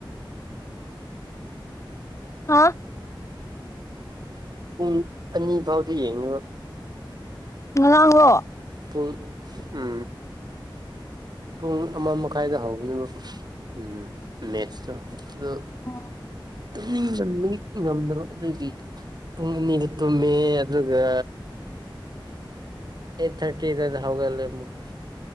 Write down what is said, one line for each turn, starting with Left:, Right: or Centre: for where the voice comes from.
Left: ꯍꯥꯥ
Right: ꯎꯝ ꯑꯅꯤ ꯐꯥꯎꯗꯤ ꯌꯦꯡꯦ
Left: ꯉ ꯂꯥꯡꯉꯣ
Right: ꯄꯨꯡ ꯎ ꯄꯨꯡ ꯑꯃ ꯃꯈꯥꯏꯗ ꯍꯧꯕꯅꯦꯕ ꯎ ꯃꯦꯠꯁꯇꯣ ꯑꯗꯣ
Left: ꯑꯣ
Right: ꯇꯨꯝꯅꯤꯡꯅꯤꯡ ꯉꯝꯗꯕ ꯑꯗꯨꯗꯤ ꯄꯨꯡ ꯑꯅꯤꯗ ꯇꯨꯝꯃꯦ ꯑꯗꯨꯒ ꯑꯩꯠ ꯊꯔꯇꯤꯗ ꯑꯗꯨ ꯍꯒꯂꯦ ꯃꯒ